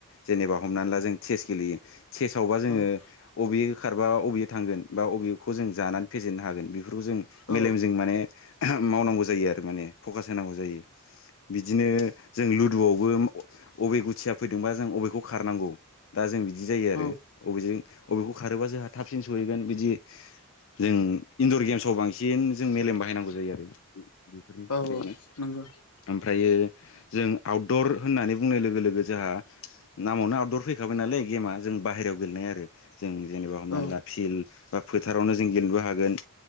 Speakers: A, on the left; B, on the left.
A: जेनेबा हमनानै ला जों सेस गेलेयो सेसावबा
B: औ
A: जोङो अबेजो खारबा अबेजो थांगोन बा अबेखौ जाना फेजेन्नो हागोन बेफोरखौसो जों
B: औ
A: मेलेमजों माने मावनांगौ जायो आरो माने फकास होनांगौ जायो बिदिनो जों लु दुआवबो अबे गुथिया फैदोंबा जों अबेखौ खारनांगौ दा जों बि दि जायो
B: औ
A: आरो अबेजों बबेखौ खारोबा जोंहा थाबसिन सहैगोन बिदि जों इन्दुर गेम्सआव बांसिन जों मेलेम बाहायनांगौ जायो आरो बेफोरनि
B: औ
A: खाथियावनो
B: नंगौ
A: ओमफ्रायो जों दर होननानै बुंनाय लोगो लोगो जोंहा नामावनो आउटदर फैखाबाय नालाय गेमा जों बाहेरायाव गेलेनाय आरो जों जेनेबा हमनानै
B: औ
A: ला फिल्ड बा फोथारावनो जों गेलेनोबो हागोन।